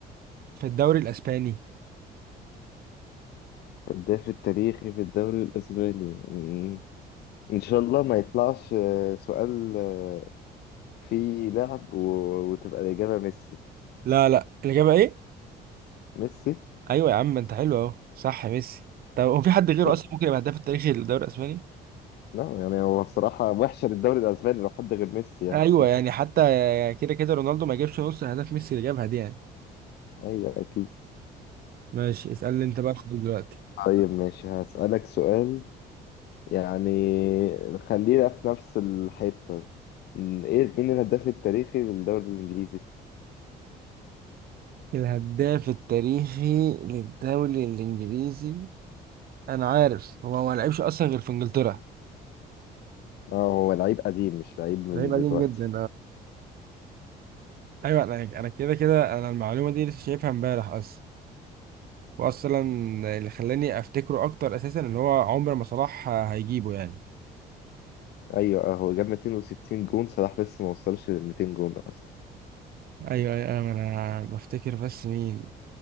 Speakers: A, on the right; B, on the left.
A: في الدوري الاسباني
B: هداف التاريخي في الدوري الأسباني مم. إن شاء الله ما يطلعش آه، سؤال آه، فيه لعب و... وتبقى الإجابة ميسي
A: لا لا الإجابة ايه
B: ميسي
A: ايوه يا عم انت حلو اهو صح يا ميسي طب هو في حد غيره
B: آه،
A: اصلا ممكن يبقى هداف التاريخي للدوري الاسباني
B: لا يعني هو بصراحة وحشة للدوري الأسباني لو حد غير ميسي يعني
A: ايوه
B: <laughs>
A: يعني حتى كده كده رونالدو ما جابش نص اهداف ميسي اللي جابها دي يعني
B: أيوة أكيد
A: ماشي اسألني انت بقى سؤال دلوقتي
B: طيب ماشي هسألك سؤال يعني خلينا في نفس الحتة م، ايه مين الهداف التاريخي للدوري الإنجليزي؟
A: الهداف التاريخي للدوري الانجليزي انا عارف هو ما لعبش اصلا غير في انجلترا
B: اه هو لعيب قديم مش لعيب من
A: ده هيبقى
B: دلوقتي
A: قديم جدا ايوه انا انا كده كده انا المعلومه دي لسه شايفها امبارح اصلا واصلا اللي خلاني افتكره اكتر اساسا اللي هو عمر ما صلاح هيجيبه يعني
B: ايوه اه هو جاب 260 جون صلاح لسه ما وصلش لل 200 جون اصلا
A: ايوه ايوه انا انا بفتكر بس مين